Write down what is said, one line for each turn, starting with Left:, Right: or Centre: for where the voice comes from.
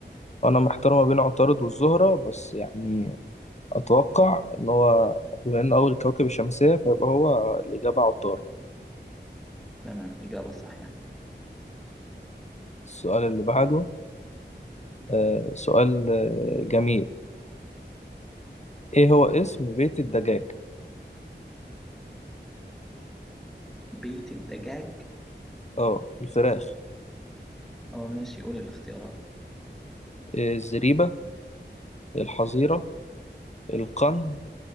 Left: انا محتار ما بين عطارد والزهرة بس يعني اتوقع ان هو بما انه اول كوكب الشمسية فيبقى هو الاجابة عطارد
Centre: تمام إجابة صحيحة
Left: السؤال اللي بعده آه، سؤال آه، جميل ايه هو اسم بيت الدجاج
Centre: بيت الدجاج
Left: اه الفراخ
Centre: اه ماشي قول الاختيارات
Left: إيه الزريبة الحظيرة القن